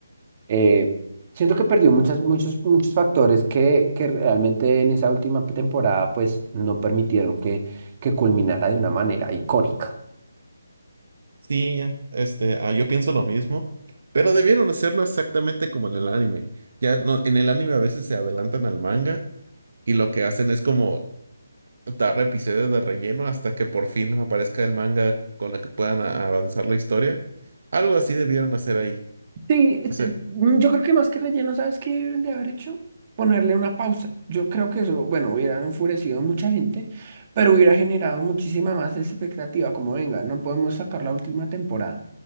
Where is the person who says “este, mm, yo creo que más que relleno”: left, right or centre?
Right